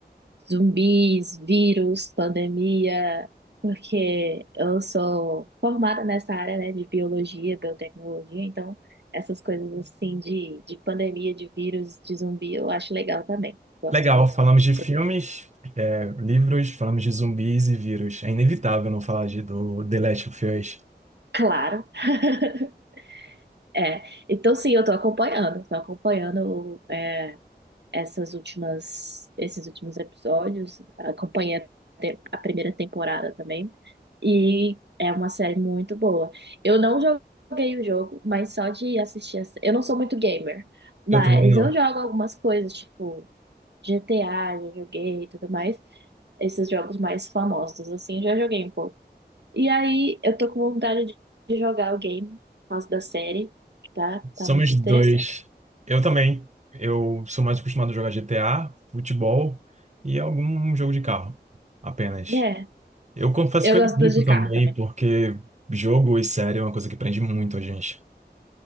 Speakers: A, on the right; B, on the right.
A: zumbis, vírus, pandemia, porque eu sou formada nessa área, né, de biologia, biotecnologia, então essas coisas assim de, de pandemia, de vírus, de zumbi, eu acho legal também. Gosto
B: Legal,
A: de
B: falamos de
A: saber.
B: filmes, é, livros, falamos de zumbis e vírus. É inevitável não falar de, do The Last of Us.
A: Claro. <laughs> É, então sim, eu tô acompanhando, tô acompanhando é, essas últimas, esses últimos episódios, acompanhei a, te- a primeira temporada também, e é uma série muito boa. Eu não joguei o jogo, mas só de assistir, a, sé- eu não sou muito gamer, mas
B: Eu também não.
A: eu jogo algumas coisas, tipo GTA, já joguei e tudo mais, esses jogos mais famosos, assim, já joguei um pouco. E aí, eu tô com vontade de de jogar o game por causa da série, que tá,
B: Somos
A: tá muito interessante.
B: dois. Eu também. Eu sou mais acostumado a jogar GTA, futebol e algum jogo de carro, apenas.
A: É,
B: Eu confesso
A: eu
B: que
A: gosto
B: eu evito
A: das de
B: também,
A: carro também.
B: porque jogo e série é uma coisa que prende muito a gente.